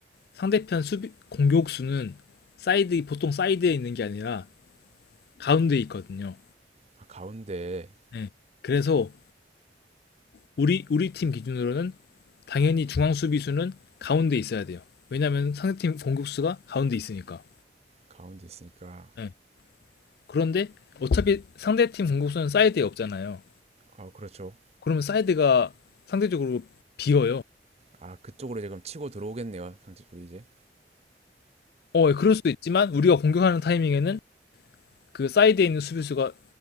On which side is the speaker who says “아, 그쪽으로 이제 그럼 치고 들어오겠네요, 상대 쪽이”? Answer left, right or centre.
Right